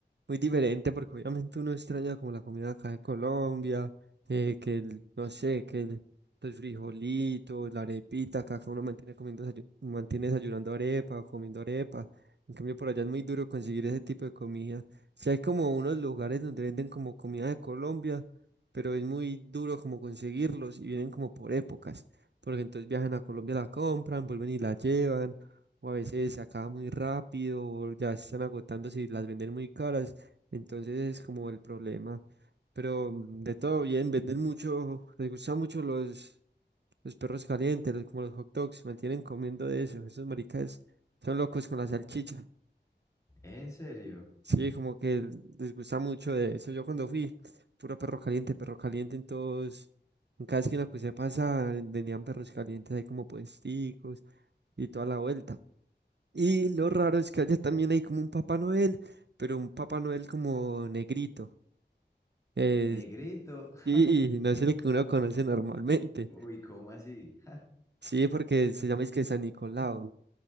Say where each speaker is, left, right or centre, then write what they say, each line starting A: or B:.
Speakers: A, on the right; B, on the left.
A: muy diferente porque obviamente uno extraña como la comida acá de Colombia, eh, que el, no sé, que el, el frijolito, la arepita, acá que uno mantiene comiendo, desayu- mantiene desayunando arepa o comiendo arepa. En cambio, por allá es muy duro conseguir ese tipo de comida. si hay como unos lugares donde venden como comida de Colombia, pero es muy duro como conseguirlos y vienen como por épocas, porque entonces viajan a Colombia, la compran, vuelven y la llevan o a veces se acaba muy rápido, o ya se están agotando si las venden muy caras, entonces es como el problema. Pero mm, de todo bien, venden mucho, les gustan mucho los, los perros calientes, los- como los hot dogs, se mantienen comiendo de eso, esos maricas son locos con la salchicha.
B: ¿En serio?
A: Sí, como que les gusta mucho de eso. Yo cuando fui, puro perro caliente, perro caliente en todos, en cada esquina que se pasa, vendían perros calientes ahí como puesticos y toda la vuelta. Y lo raro es que allá también hay como un Papá Noel, pero un Papá Noel como negrito. Eh,
B: Negrito. <laughs>
A: sí, <laughs> no es el que uno conoce normalmente.
B: Uy, ¿cómo así? <laughs>
A: Sí, porque se llama es que San Nicolau.